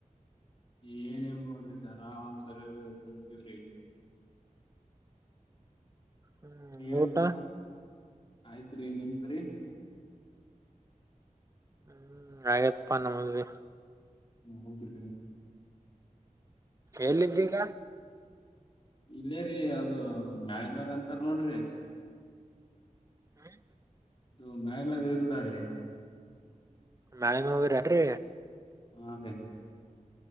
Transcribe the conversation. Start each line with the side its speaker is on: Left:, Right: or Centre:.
Left: ಏನಿಲ್ಲ ನೋಡ್ರಿ ಆರಾಮ್ಸರ್ ಕುಂತವ್ರಿ
Right: ಹ್ಮ್
Left: ನೀವೇನ್
Right: ಊಟ
Left: ಮಾಡತಿರಿ? ಆಯ್ತ್ರಿ ನಿಮ್ದ್ರಿ.
Right: ಹ್ಮ್ ಆಗ್ಯದ ಪ್ಪ ನಮದ ಬಿ
Left: ಹೌದ್ರಿ..
Right: ಎಲ್ಲಿದ್ದೀಗ?
Left: ಇಲ್ಲೇರಿ ಅದು ಮ್ಯಾಳಿಮ್ಯಾಲ ಅಂತಾರ ನೋಡ್ರಿ..
Right: ಹ್ಮ
Left: ಇದು ಮ್ಯಾಳಿಮ್ಯಾಲ ಇಲ್ದ ರೀ
Right: ಮ್ಯಾಳಿ ಮ್ಯಾಲ ಹೋಗಿರಿ ಅನೃ
Left: ಹ.. ಗೆ